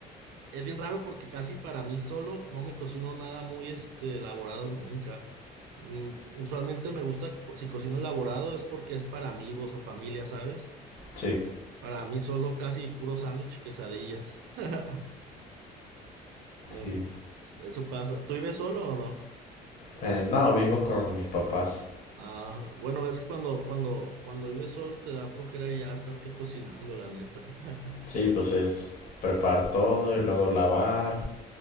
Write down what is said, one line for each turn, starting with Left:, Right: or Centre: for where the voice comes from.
Right: es bien raro porque casi para mí solo no me cocino nada muy este, elaborado nunca. Mm, Usualmente me gusta, co- si cocino elaborado es porque es para amigos o familia, ¿sabes?
Left: sí,
Right: Para mí solo casi puro sándwich y quesadillas. <laughs> Net,
Left: sí.
Right: Eso pasa. ¿Tú vives solo o no?
Left: Eh, no, vivo con mis papás.
Right: Ah, bueno, es que cuando, cuando, cuando vives solo te da flojera ya estarte cocinando, la neta. <laughs>
Left: Sí, pues es preparar todo y luego lavar